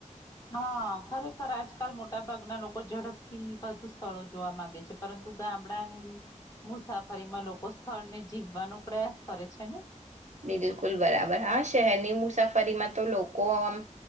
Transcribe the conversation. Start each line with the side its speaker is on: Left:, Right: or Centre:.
Left: હા, ખરેખર, આજકાલ મોટા ભાગના લોકો ઝડપથી વધુ સ્થળો જોવા માંગે છે, પરંતુ ગામડાની મુસાફરીમાં લોકો સ્થળને જીવવાનો પ્રયાસ કરે છે ને?
Right: બિલકુલ બરાબર, હા, શહેરની મુસાફરીમાં તો લોકો આમ